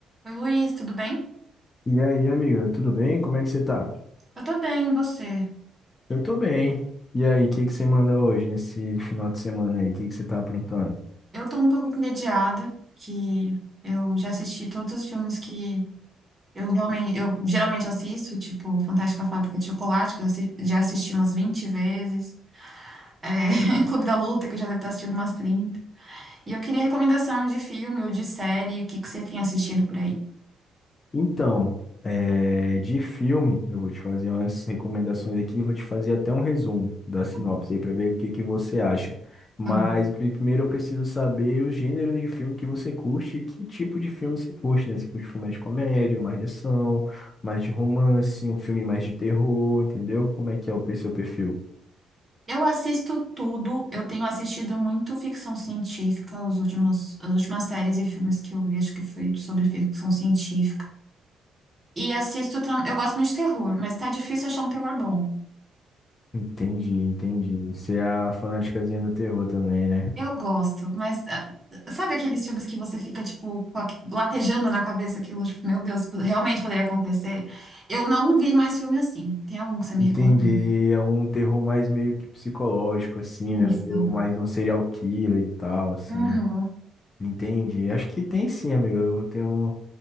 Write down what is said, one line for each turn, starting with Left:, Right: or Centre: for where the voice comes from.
Right: Oi, Luiz, tudo bem?
Left: E aí, amiga, tudo bem? Como é que você tá?
Right: Eu tô bem, e você?
Left: Eu tô bem. E aí, o que que você manda hoje, nesse final de semana aí? O que que você tá aprontando?
Right: Eu tô um pouco entediada, que eu já assisti todos os filmes que eu realmente, eu geralmente assisto, tipo Fantástica Fábrica de Chocolate, que eu assi- já assisti umas 20 vezes, é, <laughs> Clube da Luta, que eu já devo ter assistido umas 30. E eu queria recomendação de filme ou de série, o que que você tem assistido por aí?
Left: Então, é, de filme, eu vou te fazer umas recomendações aqui, vou te fazer até um resumo da sinopse
Right: Tá bom,
Left: aí pra ver o que que você acha. Mas
Right: tá bom.
Left: pri- primeiro eu preciso saber os gêneros de filme que você curte e que tipo de filme você curte, né? Você curte filme mais de comédia, mais de ação, mais de romance, um filme mais de terror, entendeu? Como é que é o seu perfil?
Right: Eu assisto tudo, eu tenho assistido muito ficção científica, os últimos, as últimas séries e filmes que eu vi, acho que foi sobre ficção científica. E assisto. tam- Eu gosto muito de terror, mas tá difícil achar um terror bom.
Left: Entendi, entendi. Você é a fanaticazinha do terror também, né?
Right: Eu gosto, mas ah, sabe aqueles filmes que você fica, tipo, com aque- latejando na cabeça aquilo, tipo, meu Deus, realmente poderia acontecer? Eu não vi mais filme assim. Tem algum que você me
Left: Entendi.
Right: recomenda?
Left: É um terror mais meio que psicológico, assim, né?
Right: Isso.
Left: Um terror mais de um serial killer e tal, assim.
Right: Uhum.
Left: Entendi. Acho que tem sim, amigo. Eu tenho.